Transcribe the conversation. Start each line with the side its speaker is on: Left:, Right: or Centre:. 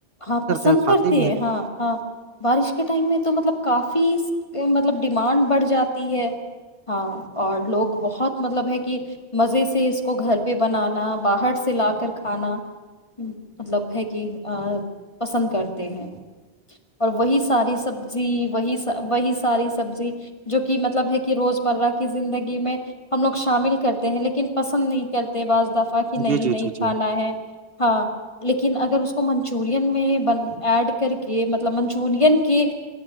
Left: ہاں پسند
Right: ہیں اور کھاتے
Left: کرتے
Right: بھی
Left: ہیں ہاں ہاں بارش کے ٹائم میں تو مطلب کافی مطلب ڈیمانڈ بڑھ جاتی ہے ہاں اور لوگ بہت مطلب ہے کہ مزے سے اس کو گھر پہ بنانا باہر سے لا کر کھانا مطلب ہے کہ پسند کرتے ہیں اور وہی ساری سبزی وہی وہی ساری سبزی جو کہ مطلب ہے کہ روز مرہ کی زندگی میں ہم لوگ شامل کرتے ہیں لیکن پسند نہیں کرتے بعض صفا کی نہیںئی
Right: جی جی جی
Left: ن کھانا
Right: جی
Left: ہے ہاں لیکن اگر اس کو منچ منچورن میں ایڈ کر کے مطلب منچورین کے